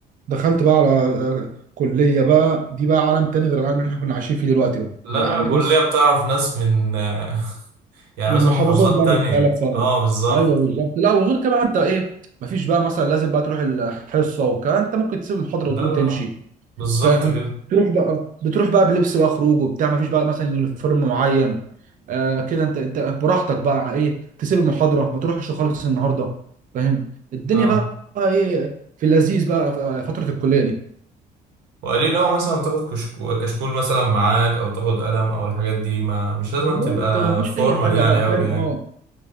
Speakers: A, on the right; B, on the right.
A: دخلت بقى على آه، كليه بقى دي بقى عالم تاني غير العالم اللي احنا كنا عايشين فيه دلوقتي بقى
B: لا
A: يعني
B: لا الكلية
A: بص
B: بتعرف ناس من آه، <laughs> يعني
A: من
B: مثلا
A: محافظات
B: محافظات
A: بقى
B: تانية
A: مختلفه
B: اه بالظبط
A: ايوه بالظبط لا وغير كده بقى انت ايه مفيش بقى مثلا لازم بقى تروح الحصه والكلام انت ممكن تسيب المحاضره
B: لا
A: وتقوم
B: لا
A: تمشي
B: بالظبط
A: فاهم
B: كده
A: تروح بقى بتروح بقى بلبس بقى خروج وبتاع مفيش بقى مثلا يونيفورم معين آه كده انت انت براحتك بقى ايه تسيب المحاضره ما تروحش خالص النهارده فاهم الدنيا
B: اه
A: بقى بقى ايه في اللذيذ بقى في فتره الكليه دي
B: وقليل أوي مثلا ما تاخد كشك- كشكول مثلا معاك أو تاخد قلم أو الحاجات دي ما مش لازم
A: بالظبط
B: تبقى
A: مفيش
B: فورمال
A: اي حاجه
B: يعني
A: بقى
B: أوي
A: فاهم
B: يعني
A: اه